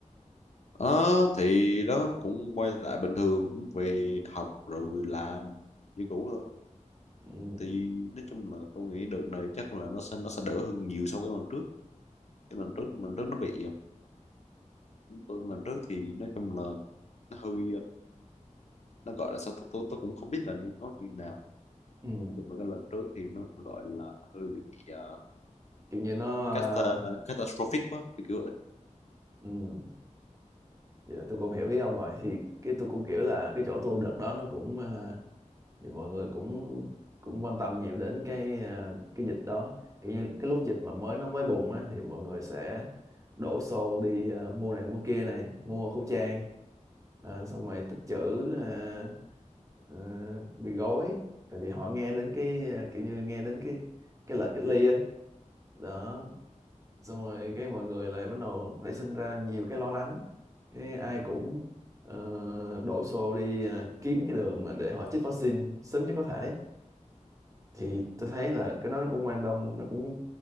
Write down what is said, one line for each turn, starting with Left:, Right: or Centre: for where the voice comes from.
Left: Ờ thì đó nó cũng quay lại bình thường cũng về học rồi làm như cũ thôi
Right: ừ,
Left: thì nói chung là tôi nghĩ đợt này chắc là nó sẽ nó sẽ đỡ hơn nhiều so với lần trước cái lần trước lần trước nó bị tôi lần trước thì nói chung là nó hơi nó gọi là sao tôi tôi, tôi cũng không biết là nên nói như nào
Right: ừ
Left: nói chung là cái lần trước thì nó gọi là hơi bị uh,
Right: kiểu như nó ờ,
Left: cata- catastrophic đó, thì kiểu vậy.
Right: ừ vậy là tôi cũng hiểu ý ông rồi thì cái tôi cũng kiểu là cái chỗ tôi đợt đó nó cũng ờ, thì mọi người cũng cũng quan tâm nhiều đến cái à, cái dịch đó kiểu như cái lúc dịch mà mới nó mới bùng á thì mọi người sẽ đổ xô đi à, mua này mua kia này mua khẩu trang à, xong rồi tích trữ à, à, bị gói tại vì họ nghe đến cái à, kiểu như nghe đến cái cái lệnh cách ly á đó xong rồi cái mọi người lại bắt đầu nảy sinh ra nhiều cái lo lắng cái ai cũng ờ, đổ xô đi à, kiếm cái đường mà để họ chích vaccine sớm nhất có thể thì tôi thấy là cái đó nó cũng quan tâm nó cũng